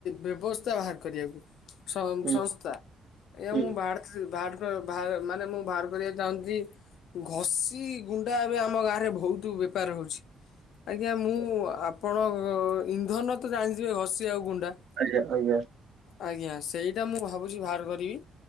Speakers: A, on the left; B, on the right.
A: ବ୍ୟବସ୍ଥା ବାହାର କରିବାକୁ ସ
B: ହୁଁ
A: ସଂସ୍ଥା। ଆଜ୍ଞା
B: ହୁଁ
A: ମୁଁ
B: ହୁଁ
A: ବାହାରତ୍ ବାହାର ବାହାର ମାନେ ମୁଁ ବାହାର କରିବାକୁ ଚାହୁଁଛି। ଘଷି ଗୁଣ୍ଡା ଏବେ ଆମ ଗାଁ ରେ ବୋହୁତ ବେପାର ହୋଉଚି। ଆଜ୍ଞା ମୁଁ ଆପଣ ଇନ୍ଧନ ତ ଜାଣିଥିବେ ଘସି ଆଉ ଗୁଣ୍ଡା।
B: ଆଜ୍ଞା ଆଜ୍ଞା।
A: ଆଜ୍ଞା ସେଇଟା ମୁଁ ଭାବୁଛି ବାହାର କରିବି